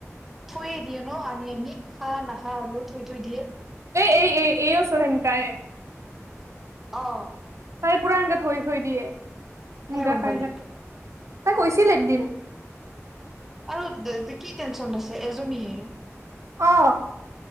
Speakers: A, in the centre; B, on the right.
A: থৈয়ে দিয়ে ন আনি আনি খা নাখা হলেও থৈ থৈ দিয়ে।
B: এ এই এ এইও চোন হেনকা এ।
A: ফিজত। অ।
B: তাই পুৰা এনেকে থৈ থৈ দিয়ে
A: কেনে
B: ইনেকা
A: গম
B: খাই
A: পালি
B: থাকে। তাই কৈছিল একদিন।
A: আৰু দ কি টেনচন আছে? এজনীহে।
B: অ।